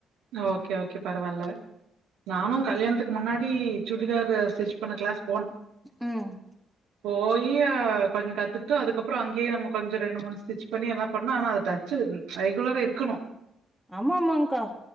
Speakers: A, on the right; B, in the centre.
A: ஓகே ஓகே பரவால்ல நானு கல்யாண்த்துக்கு முன்னாடி சுடிதார் அது ஸ்டிச் பண்ண க்ளாஸ்
B: ம்
A: போயி அ கொஞ்ச கத்துக்ட்டு அதுக்கப்றோ அங்கேயே நம்ம கொஞ்ச ரெண்டு மூணு ஸ்டிச் பண்ணி எல்லா பண்ணு ஆனா அத தச்சு ரெகுலரா இருக்கனு
B: ஆமா ஆமாங் கா